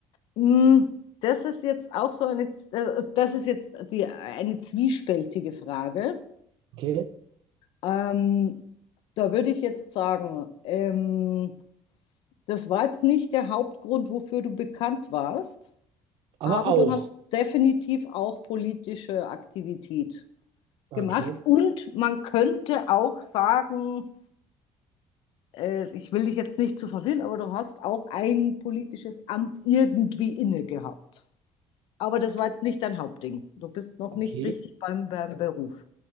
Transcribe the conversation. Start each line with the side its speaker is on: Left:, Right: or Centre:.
Left: Mm, das ist jetzt auch so eine, Z- äh, das ist jetzt die, eine zwiespältige Frage.
Right: Okay.
Left: Ähm, da würde ich jetzt sagen, ähm, das war jetzt nicht der Hauptgrund, wofür du bekannt warst,
Right: Aber
Left: aber
Right: auch.
Left: du hast definitiv auch politische Aktivität
Right: Okay,
Left: gemacht. Und man könnte auch sagen, äh, ich will dich jetzt nicht zu verwirren, aber du hast auch ein politisches Amt irgendwie inne gehabt. Aber das
Right: okay,
Left: war jetzt nicht dein Hauptding. Du bist noch
Right: okay,
Left: nicht richtig beim, beim Beruf.